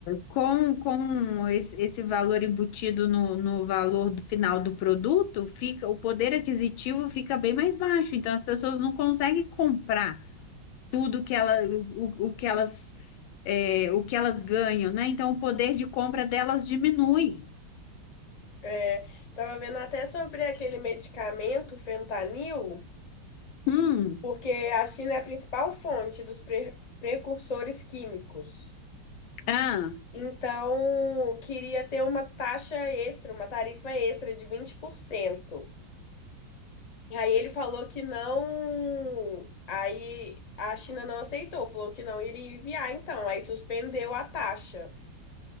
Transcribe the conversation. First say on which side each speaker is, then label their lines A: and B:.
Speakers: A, on the left; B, on the left.
A: Com, com esse, esse valor embutido no, no valor do final do produto, fica o poder aquisitivo fica bem mais baixo. Então, as pessoas não conseguem comprar tudo que ela, o, o, o que elas, é, o que elas ganham, né? Então, o poder de compra delas diminui.
B: É, tava vendo até sobre aquele medicamento, fentanil,
A: Hum,
B: porque a China é a principal fonte dos pre- precursores químicos.
A: ah.
B: Então, queria ter uma taxa extra, uma tarifa extra de vinte por cento e Aí ele falou que não. Aí a China não aceitou, falou que não iria enviar, então. Aí suspendeu a taxa.